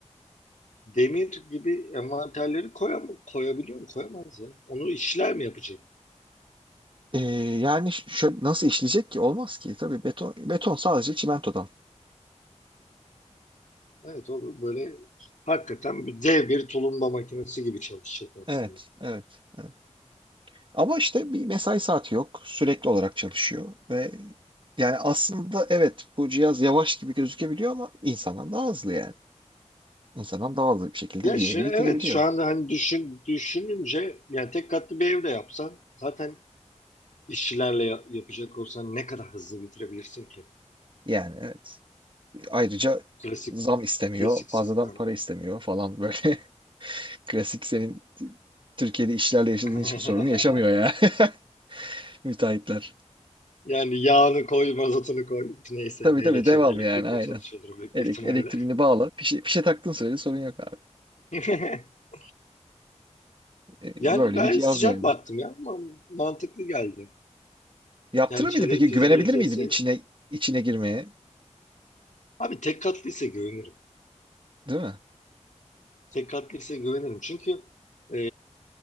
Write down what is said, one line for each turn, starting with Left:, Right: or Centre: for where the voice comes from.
Left: demir gibi envanterleri koyam koyabiliyor mu? Koyamaz ya. Onu işçiler mi yapacak?
Right: Ee, yani ş- şöyle nasıl işleyecek ki? Olmaz ki. Tabii beton beton sadece çimentodan.
Left: Evet o böyle hakikaten bir dev bir tulumba makinesi gibi çalışacak aslında.
Right: Evet, evet, evet. Ama işte bir mesai saati yok. Sürekli olarak çalışıyor ve yani aslında evet bu cihaz yavaş gibi gözükebiliyor ama insandan daha hızlı yani. İnsandan daha hızlı bir şekilde
Left: Ya
Right: bir
Left: şu,
Right: evi
Left: evet
Right: bitirebiliyor.
Left: şu anda hani düşün, düşününce yani tek katlı bir evde yapsan zaten işçilerle ya- yapacak olsan ne kadar hızlı bitirebilirsin ki?
Right: Yani evet. Ayrıca
Left: Klasik
Right: zam istemiyor,
Left: klasik sistemle.
Right: fazladan para istemiyor falan böyle. <laughs> Klasik senin Türkiye'de işlerle yaşadığın
Left: <laughs>
Right: hiçbir sorunu yaşamıyor ya. <laughs> Müteahhitler.
Left: Yani yağını koy, mazotunu koy. Neyse
Right: Tabii
Left: neyle
Right: tabii
Left: çalışıyor,
Right: devam
Left: elektrikle
Right: yani aynen.
Left: çalışıyordur büyük
Right: Elek-
Left: bir ihtimalle.
Right: elektriğini bağla. Fişe, fişe taktığın sürece sorun yok abi.
Left: <laughs>
Right: E,
Left: Yani
Right: Böyle
Left: ben
Right: bir cihaz
Left: sıcak
Right: yani.
Left: baktım ya. Ma- Mantıklı geldi.
Right: Yaptırır
Left: Yani
Right: mıydın
Left: şeyleri
Right: peki?
Left: fizibilitesi.
Right: Güvenebilir miydin içine içine girmeye?
Left: Abi tek katlıysa güvenirim.
Right: Değil mi?
Left: Tek katlı ise güvenirim. Çünkü e,